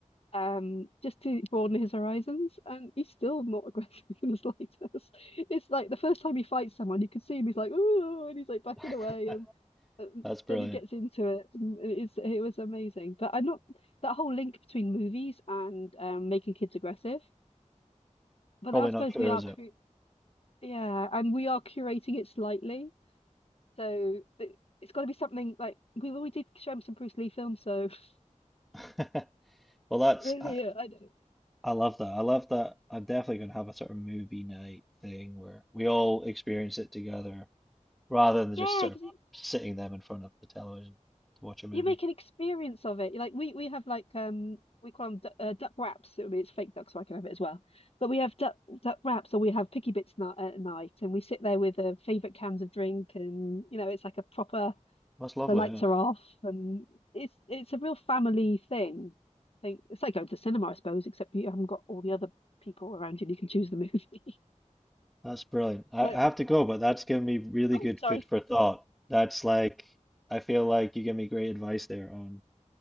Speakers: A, on the left (about 50°); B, in the centre.
A: um, just to broaden his horizons, and he's still not <laughs> aggressive in the slightest. <laughs> It's like the first time he fights someone, you can see him. He's like, ooh, and he's like backing
B: <laughs>
A: away, and, and
B: That's brilliant.
A: then he gets into it. and It's it was amazing. But I'm not that whole link between movies and um, making kids aggressive. But
B: Probably
A: I suppose
B: not true,
A: we are
B: is
A: cre
B: it?
A: yeah, and we are curating it slightly. So it, it's got to be something like we we did show him some Bruce Lee films, so <laughs>
B: <laughs> Well, that's
A: yeah,
B: I,
A: I don't,
B: I love that. I love that. I'm definitely gonna have a sort of movie night thing where we all experience it together rather than
A: yeah,
B: just sort
A: because
B: of
A: you,
B: sitting them in front of the television to watch a movie.
A: you make an experience of it. Like we we have like um we call them du uh, duck wraps. I mean, it's fake duck, so I can have it as well. But we have duck duck wraps, or we have picky bits na at night, and we sit there with uh, favorite cans of drink, and you know, it's like a proper
B: That's lovely,
A: the lights
B: yeah.
A: are off, and it's it's a real family thing. I think it's like going to the cinema, I suppose, except you haven't got all the other people around you and you can choose the movie. <laughs>
B: That's brilliant. I,
A: But
B: I have to go, but that's given me really
A: oh,
B: good
A: sorry.
B: food for thought. That's like I feel like you give me great advice there on